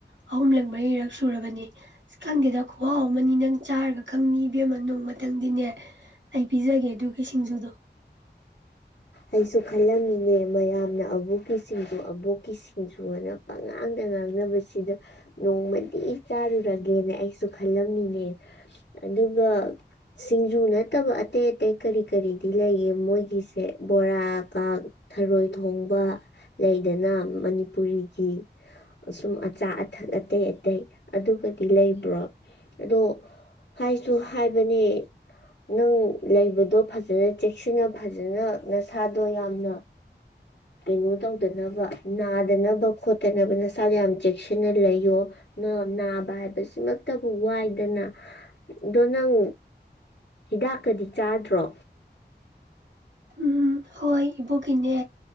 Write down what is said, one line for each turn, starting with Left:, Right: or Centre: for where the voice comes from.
Right: ꯑꯍꯨꯝꯂꯛ ꯃꯩꯔꯛꯁꯨ ꯁꯨꯔꯕꯅꯤ ꯑ ꯈꯪꯗꯦꯗ ꯈꯨꯍꯥꯎ ꯑꯃꯅꯤ ꯅꯪ ꯆꯥꯔꯒ ꯈꯪ ꯕꯃ ꯅꯣꯡꯃꯗ ꯈꯤꯇꯪꯗꯤꯅꯦ ꯑꯩ ꯄꯤꯖꯒꯦ ꯑꯗꯨ ꯀꯩ ꯁꯤꯡꯖꯨꯗꯣ
Left: ꯑꯩꯁꯨ ꯈꯜꯂꯝꯃꯤꯅꯦ ꯃꯌꯥꯝꯅ ꯑꯕꯣꯛꯀꯤ ꯁꯤꯡꯖꯨ ꯑꯕꯣꯛꯀꯤ ꯁꯤꯡꯖꯨ ꯑꯅ ꯄꯉꯥꯡꯗ ꯉꯥꯡꯅꯕꯁꯤꯗ ꯅꯣꯡꯃꯗꯤ ꯆꯥꯔꯨꯔꯒꯦꯅ ꯑꯩꯁꯨ ꯈꯜꯂꯝꯃꯤꯅꯦ ꯑꯗꯨꯒ ꯁꯤꯡꯖꯨ ꯅꯠꯇꯕ ꯑꯇꯩ ꯑꯇꯩ ꯀꯔꯤ ꯀꯔꯤꯗꯤ ꯂꯩꯒꯦ ꯃꯣꯏꯒꯤ ꯁꯦ ꯕꯣꯔꯥ ꯀ ꯊꯔꯣꯏ ꯊꯣꯡꯕ ꯂꯩꯗꯅ ꯃꯅꯤꯄꯨꯔꯤꯒꯤ ꯁꯁꯨꯝ ꯑꯆꯥ ꯑꯊꯛ ꯑꯇꯩ ꯑꯇꯩ ꯑꯗꯨꯒꯗꯤ ꯂꯩꯕ꯭ꯔꯣ ꯑꯗꯣ ꯍꯥꯏꯁꯨ ꯍꯥꯏꯕꯅꯦ ꯅꯪ ꯂꯩꯕꯗꯣ ꯐꯖꯅ ꯆꯦꯛꯁꯤꯟꯅ ꯐꯖ ꯑꯗꯨꯅ ꯅꯁꯥꯗꯣ ꯌꯥꯝꯅ ꯀꯩꯅꯣ ꯇꯧꯗꯅꯕ ꯅꯥꯗꯅꯕ ꯈꯣꯠꯇꯅꯕ ꯅꯁꯥꯗꯣ ꯌꯥꯝ ꯆꯦꯛꯁꯤꯟꯅ ꯂꯩꯌꯣ ꯅꯥꯕ ꯍꯥꯏꯕꯁꯤꯃꯛꯇꯕꯨ ꯋꯥꯏꯗꯅ ꯑꯗꯣ ꯅꯪ ꯍꯤꯗꯥꯛꯀꯗꯤ ꯆꯥꯗ꯭ꯔꯣ
Right: ꯎꯝ ꯍꯣꯏ ꯏꯕꯣ ꯀꯅꯦ